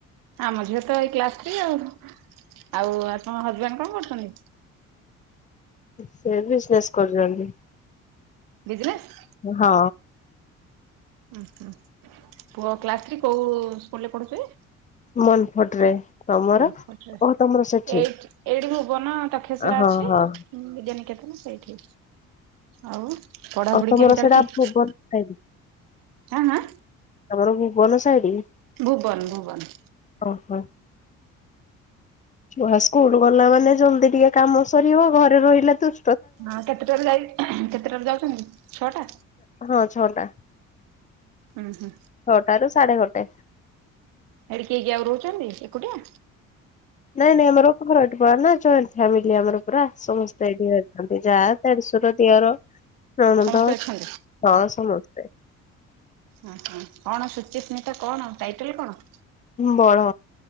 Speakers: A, on the right; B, on the left.
A: ଆମ ଝିଅ ତ ଏଇ କ୍ଲାସ ଥ୍ରୀ ଆଉ ଆଉ ଆପଣ ହଜବେଣ୍ଡ କଣ କରୁଛନ୍ତି?
B: ସେ ବିଜନେସ୍ କରୁଛନ୍ତି।
A: ବିଜିନେସ୍
B: ହଁ।
A: ଉ ହୁଁ ପୁଅ କ୍ଲାସ ଥ୍ରୀ କୋଉ ସ୍କୁଲରେ ପଢୁଛି?
B: ମନ ଫଟ ରେ ତମର
A: କଣପଟ ରେ
B: ଓ ତମର ସେଠି
A: ଏଇଠି ଏଇଠି ମୁ ପୁବନ ତକ୍ଷଶିଳା
B: ହଁ
A: ଅଛି
B: ହଁ
A: ବିଦ୍ୟାନିକେତନ ସେଇଠି ଆଉ। ପଢାପଢି
B: ଆଉ ତମର
A: କେମିତି
B: ସେଟା
A: ଚାଲିଛି
B: ଭୁବନ ସାଇଡ
A: ଆଁ ଆଁ
B: ଘର ଭୁବନ ସାଇଡ
A: ଭୁବନ ଭୁବନ
B: ଓ ହୋ ଛୁଆ ସ୍କୁଲ ଗଲା ମାନେ ଜଲଦି ଟିକେ କାମ ସରିବ ଘରେ ରହିଲା ତୁ
A: ହଁ କେତେଟାରେ ଯାଇ କେତେଟାଳେ ଯାଉଛନ୍ତି? ଛଅଟା
B: ହଁ ଛଅଟା
A: ଉୁଁ ହୁଁ
B: ଛଅଟ ର ସାଢେ ଗ <inaudible>
A: ଏଡି କିଏ କିଏ ଆଉ ରହୁଛନ୍ତି ଏକୁଟିଆ?
B: ନାଇଁ ନାଇଁ ଆମର ଏଠି ପଡ ନା ଜଏଣ୍ଟ ଫାମିଲି ଆମର ପୁରା ସମସ୍ତେ ଏନ୍ତି ଯାହା ଦେ ଶଶୁର ଦିଅର ନଣନ୍ଦ
A: ସମସ୍ତେ ଅଛନ୍ତି
B: ହଁ ସମସ୍ତେ।
A: ଓହ କଣ ସୁଚିସ୍ମିତା କଣ ଟାଇଟଲ କଣ?
B: ବଡ।